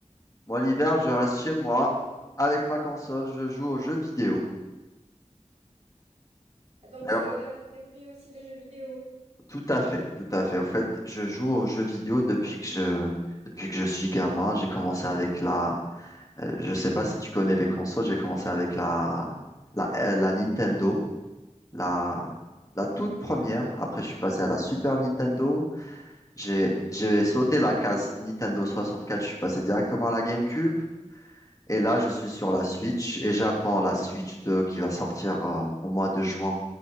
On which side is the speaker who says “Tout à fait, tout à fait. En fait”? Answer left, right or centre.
Left